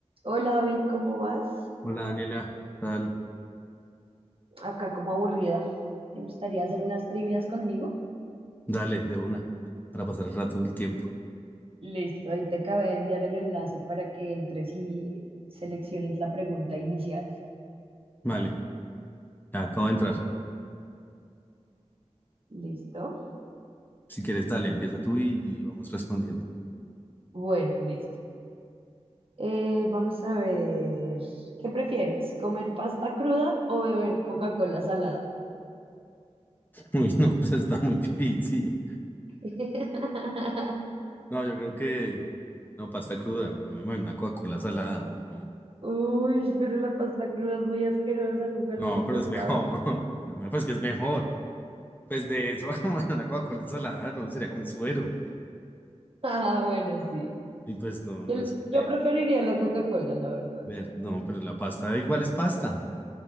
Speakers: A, on the right; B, on the left.
A: Hola David, ¿cómo vas?
B: Hola Daniela, Dal-
A: Acá como aburrida. ¿Te gustaría hacer unas trivias conmigo?
B: dale, de una, para pasar el rato del tiempo.
A: Listo, ahí te acabé de enviar el enlace para que entres y selecciones la pregunta inicial.
B: Vale, ya acabo de entrar.
A: ¿Listo?
B: Si quieres, dale, empieza tú y, y vamos respondiendo.
A: Bueno, listo. Eh, vamos a ver, ¿qué prefieres? ¿Comer pasta cruda o beber Coca-Cola salada?
B: <laughs> Uy, no, pues está muy difícil.
A: <laughs>
B: No, yo creo que no, pasta cruda, no me imagino una Coca-Cola salada, o sea, no,
A: Uy, pero la pasta cruda es muy asquerosa, ¿nunca lo
B: no,
A: has intentado?
B: pero es mejor.
A: <laughs>
B: <laughs> Me parece que es mejor. Pues de eso, <laughs> una Coca-Cola salada, no, sería como un suero.
A: Ah, bueno, sí.
B: Y pues no,
A: Yo,
B: no es que
A: yo preferiría la Coca-Cola, la verdad.
B: ver, no, pero la pasta igual es pasta.